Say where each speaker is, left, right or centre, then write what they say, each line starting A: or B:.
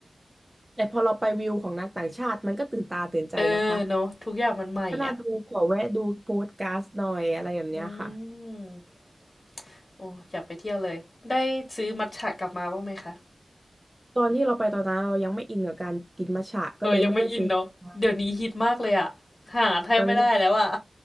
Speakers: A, on the right; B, on the left.
A: ๆแต่พอเราไปวิวของนักต่างชาติมันก็ตื่นตาตื่นใจนะคะ
B: เออเนอะทุกอย่างมันใหม่อ่ะ
A: ก็น่าดูขอแวะดูโพสต์การ์ดหน่อยอะไรแบบเนี้ยค่ะ
B: อืมโอ้อยากไปเที่ยวเลยได้ซื้อมัทฉะกลับมาบ้างไหมคะ
A: ตอนที่เราไปตอนนั้นเรายังไม่อินกับการกินมัทฉะก็เลยไม่ได้ซื้อมา
B: เออยังไม่อินเนอะเดี๋ยวนี้ฮิตมากเลยอ่ะหาแทบไม่ได้แล้วอะ
A: ตอนนี้เรา